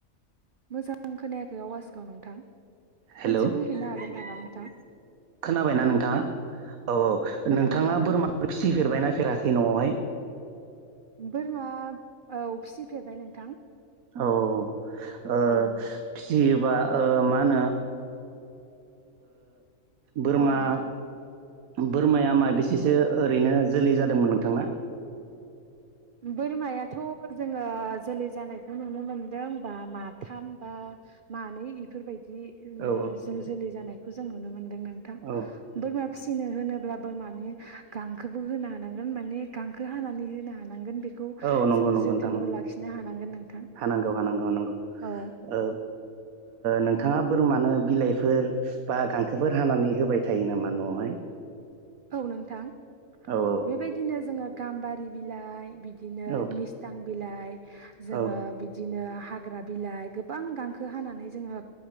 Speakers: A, on the right; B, on the right.
A: मोजां खोनायाखै आवाजखौाव नोंथां
B: हेलौ
A: खनसे बुंहिनो हागोन नामा नोंथां
B: खोनाबायना नोंथाङा औ औ
A: खोनादों
B: नोंथाङा
A: नोंथां
B: बोरमा फिसिफेरबाय नायफेराखै न'वावहाय
A: बोरमा औ फिसिफेरबाय नोंथां
B: औ औ ओ
A: औ
B: जेनेबा ओ मा होनो बोरमा
A: औ नोंथां
B: बोरमाया माबेसेसो ओरैनो जोलै जादोंमोन नोंथांना
A: बोरमायाथ जोहख जोलै जानायखौ नुनो मोनदों बा माथाम बा मानै इफोरबायदि
B: औ
A: जोलै जानायखौ जों नुनो मोनदों नोंथां
B: औ
A: बोरमा फिसिनो होनो होनोब्ला बोरमानो गांखोबो होनो हानांगोन माने गांखो हानानै होनो हानांगोन बेखौ
B: औ नंगौ
A: जोंङ
B: नंगौ
A: जोथोनबो
B: नोंथां नंगौ
A: लाखिनो हानांगोन नोंथां
B: हानांगौ हानांगौ हानांगौ
A: औ
B: औ नोंथाङा बोरमानो बिलाइफोर बा गांखोफोर हानानै होबाय थायो नामा न'आवहाय
A: औ नोंथां
B: औ औ
A: बेबायदिनो जोङो गाम्बारि बिलाइ बि बिदिनो
B: औ
A: मिस्थां बिलाइ जोङो
B: औ
A: बिदिनो हाग्रा बिलाइ गोबां गांखो हानानै जोङो